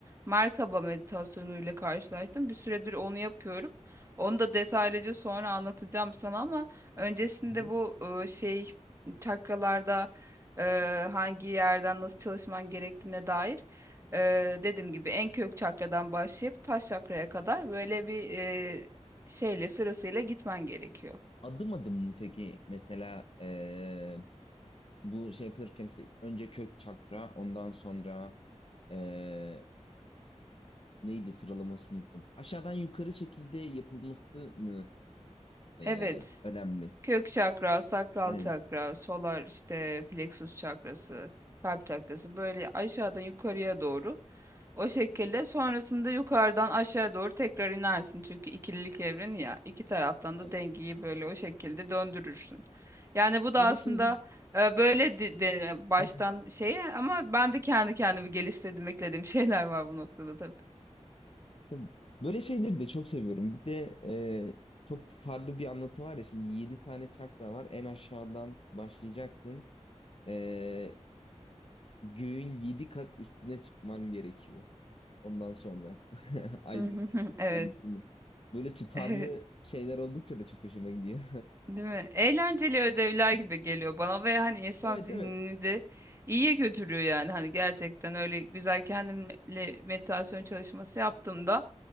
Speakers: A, on the right; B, on the left.
A: Merkaba meditasyonuyla karşılaştım. Bir süredir onu yapıyorum. Onu da detaylıca sonra anlatacağım sana ama öncesinde
B: hı. hı.
A: bu e, şey çakralarda e, hangi yerden nasıl çalışman gerektiğine dair e, dediğim gibi en kök çakradan başlayıp taş çakraya kadar böyle bir e, şeyle sırasıyla gitmen gerekiyor.
B: Adım adım mı peki? Mesela ee, bu şey yapılırken işte önce kök çakra, ondan sonra ee, neydi sıralamasını unuttum. Aşağıdan yukarı şekilde yapılması mı ee,
A: Evet.
B: önemli?
A: Kök çakra, sakral
B: Aynen.
A: çakra, solar işte plexus çakrası, kalp çakrası böyle aşağıdan yukarıya doğru. O şekilde sonrasında yukarıdan aşağı doğru tekrar inersin. Çünkü ikililik evreni ya iki taraftan
B: Aynen.
A: da dengeyi böyle o şekilde döndürürsün. Yani bu da
B: Böyle
A: aslında
B: şeyler
A: e, böyle de- deniyor baştan
B: <laughs>
A: şey ama ben de kendi kendimi geliştirdim eklediğim <laughs> şeyler var bu noktada tabii.
B: Tabii. Böyle şeyleri de çok seviyorum. Bir de e, çok tutarlı bir anlatı var ya. Şimdi 7 tane çakra var. En aşağıdan başlayacaksın. E, göğün yedi kat üstüne çıkman gerekiyor. Ondan sonra <laughs> aydınlık
A: <laughs>
B: bir
A: Evet.
B: şeye gittin mi? Böyle tutarlı
A: Evet.
B: şeyler oldukça da çok hoşuma gidiyor.
A: Değil mi? Eğlenceli ödevler
B: <laughs>
A: gibi geliyor bana ve hani insan
B: Evet
A: zihnini
B: evet.
A: de iyiye götürüyor yani. Hani gerçekten öyle güzel kendimle meditasyon çalışması yaptığımda